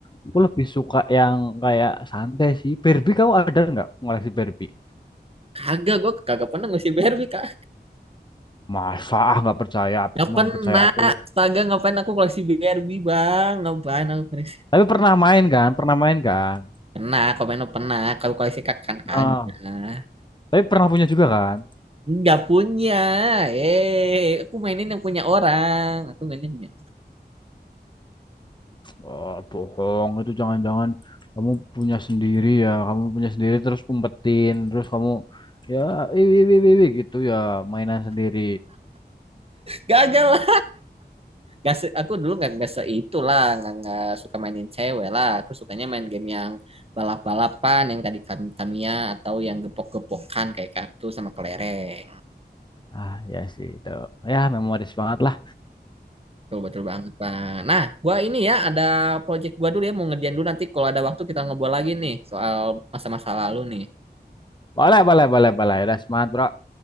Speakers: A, on the left; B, on the right.
A: Aku lebih suka yang kayak santai sih. Barbie kau ada nggak ngoleksi Barbie?
B: kagak gue, kagak pernah ngoleksi Barbie kak
A: Masa ah nggak percaya,
B: nggak
A: emang
B: pernah
A: nggak percaya aku.
B: astaga ngapain aku koleksi Barbie bang ngapain aku koleksi
A: Tapi pernah main kan, pernah main kan.
B: pernah kalau main mah pernah kalau koleksi kak kan
A: Nah,
B: kagak
A: tapi pernah punya juga kan.
B: nggak punya eh aku mainin yang punya orang aku mainin yang punya
A: Oh, bohong itu jangan-jangan kamu punya sendiri ya, kamu punya sendiri terus umpetin, terus kamu ya iwi iwi iwi iwi gitu ya mainan sendiri.
B: gagal Gak se- aku dulu nggak nggak se itulah nggak nggak suka mainin cewek lah aku sukanya main game yang balap balapan yang tadi Tam- Tamiya atau yang gepok gepokan kayak kartu sama kelereng
A: Ah ya sih itu ya memoris banget lah.
B: tuh betul banget pak nah gua ini ya ada project gua dulu ya mau ngerjain dulu nanti kalau ada waktu kita ngobrol lagi nih soal masa-masa lalu nih
A: Boleh, boleh, boleh, boleh. Udah semangat, bro.